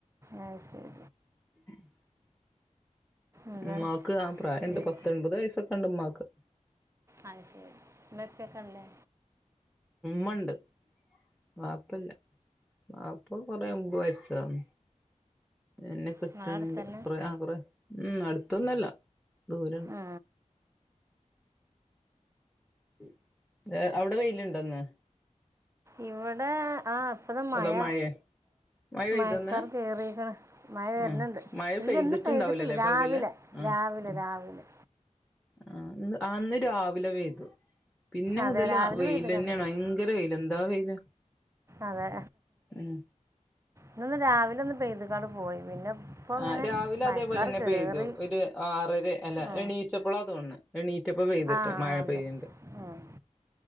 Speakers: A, on the right; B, in the centre.
A: ഒ ശരി
B: <inaudible>
A: എന്താ
B: മ്മാക്ക് ആ പ്രായണ്ട്
A: വീ-
B: പത്തൊൻപത് വയസ്സൊക്കണ്ട് മ്മാക്ക്
A: അയ് ശരി മ്മേപ്പേക്കല്ലേ
B: മ്മണ്ട് വാപ്പല്ല, വാപ്പ കൊറേ മുമ്പ് മരിച്ചതാണ് എന്നെ കെട്ട്ണീന്റെ
A: നിങ്ങളെ അടുത്ത് തന്നെ
B: കൊറേ ആ കൊറേ ഉം അട്ത്തൊന്നല്ല ദൂരണ്ട്
A: ആ
B: ഹ് വെ അവ്ടെ വെയിലുണ്ടോ ന്ന്
A: ഇവടെ ആ പ്പതമയ
B: അതാ മഴേ മഴ പെയ്തോന്ന്
A: മയക്കാറ് കേറീക്കണ് മയ വര്ണ്ണ്ട്
B: ഉം മഴ
A: ഇല്ല്യ
B: പെയ്തിട്ടുണ്ടാവൂലല്ലേ
A: ന്ന് പെയ്ത്ട്ടില്ല രാവിലെ
B: പകല് ഉം
A: രാവിലെ,
B: ഉം
A: രാവിലെ
B: ആഹ് ഇന്ന് രാവിലെ പെയ്തു പിന്നെ മുതല്
A: അതെ രാവിലെ
B: വെയ്ൽ
A: പെയ്ത്
B: തന്നെയണോ
A: കണ്ട് പോയി
B: ഭയങ്കര വെയ്ൽ എന്താ വെയില്
A: അതെ
B: ഉം
A: ഇന്ന രാവിലെ ഒന്ന് പെയ്തക്കാണ്ട് പോയി പിന്നെ ഇപ്പോൾ ഇങ്ങനെ
B: ആഹ് രാവിലെ
A: മഴക്കാർ
B: അതേപോലെ തന്നെ
A: കയറി
B: പെയ്തു ഒരു ആറര, അല്ല
A: ആ
B: എണീച്ചപ്പോള തോന്ന്ണ് എണീറ്റപ്പ പെയ്തിട്ട്
A: ആ
B: മഴ
A: അതെ
B: പെയ്യണ്ട്
A: ഉം.